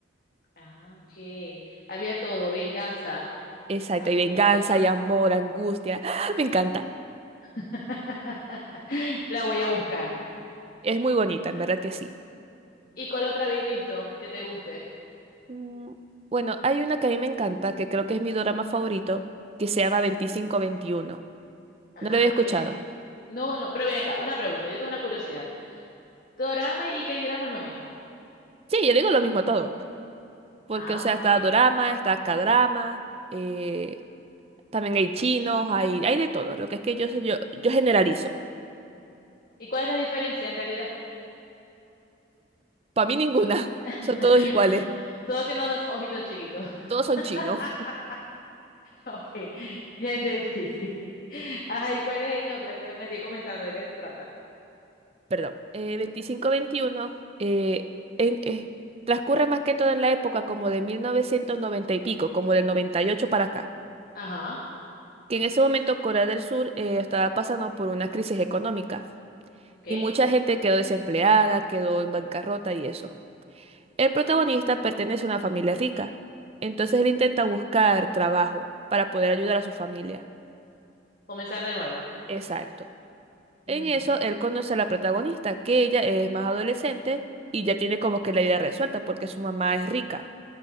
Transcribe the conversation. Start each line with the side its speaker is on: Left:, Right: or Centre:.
Left: Ah, ok. Había <laughs> todo, venganza,
Right: Exacto.
Left: angustia.
Right: Y venganza, y amor, angustia. <gasps> Me encanta.
Left: <laughs> La voy a buscar.
Right: Es muy bonita, en verdad que sí.
Left: ¿Y cuál otra habéis visto que te guste?
Right: Mm, Bueno, hay una que a mí me encanta, que creo que es mi drama favorito, que se llama Veinticinco Veintiuno.
Left: Ajá.
Right: No lo había escuchado.
Left: y de- No, no, pero ven acá, una pregunta, yo tengo una curiosidad. ¿Dorama y K-drama es lo mismo?
Right: Sí, yo le digo lo mismo a todo. Porque,
Left: Ah,
Right: o sea,
Left: ok.
Right: está dorama, está k eh, también hay chinos, hay, hay de todo. Lo que es que yo, yo, yo generalizo.
Left: ¿Y cuál es la diferencia en realidad?
Right: Para mí ninguna. <laughs>
Left: <laughs>
Right: Son todos iguales.
Left: Todo tiene los ojitos chiquitos.
Right: Todos son chinos.
Left: <laughs> Ok, ya entendí. <laughs> Ajá, ¿y cuál es la otra que me estoy comentando? ¿De qué se trata?
Right: Perdón. Eh, veinticinco Veintiuno eh, en- eh, transcurre más que todo en la época como de 1990 y pico, como del 98 para acá.
Left: Ajá,
Right: que en ese momento Corea del Sur eh, estaba pasando por una crisis económica
Left: ok.
Right: y mucha gente quedó desempleada, quedó en bancarrota y eso. El protagonista pertenece a una familia rica, entonces él intenta buscar trabajo para poder ayudar a su familia.
Left: Comenzar de nuevo.
Right: Exacto.
Left: Ujú,
Right: En eso él conoce a la protagonista, que ella es más adolescente y ya tiene como que la idea resuelta porque su mamá es rica